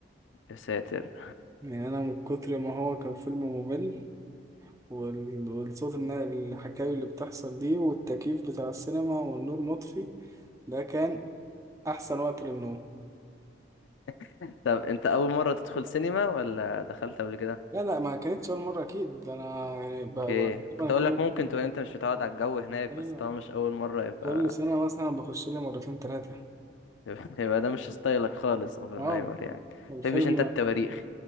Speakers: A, on the left (about 85°); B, on the right (about 15°).
A: يا ساتر
B: يعني انا من كتر ما هو كان فيلم ممل وال- والصوت الن- الحكاوي اللي بتحصل دي والتكييف بتاع السينما والنور مطفي ده كان أحسن وقت للنوم
A: <laughs> طب انت اول مره تدخل سينما ولا دخلت قبل كده
B: لا لا ما كانتش أول مرة أكيد ده أنا يعني ب- ب-
A: اوكي
B: تقريبا
A: كنت
B: كل
A: اقول لك ممكن
B: سنة
A: تكون انت مش متعود على الجو هناك
B: لا
A: بس
B: لا
A: طبعا مش اول مره يبقى
B: كل سنة مثلا بخش لي مرتين تلاتة
A: <laughs> يبقى ده مش ستايلك خالص اوبنهايمر
B: اه
A: يعني ما
B: الفيلم
A: بتحبش انت التواريخ